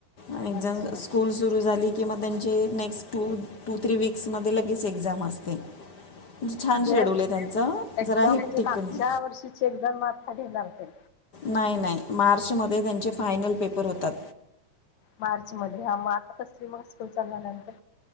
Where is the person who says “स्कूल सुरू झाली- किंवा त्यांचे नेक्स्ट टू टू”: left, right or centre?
Left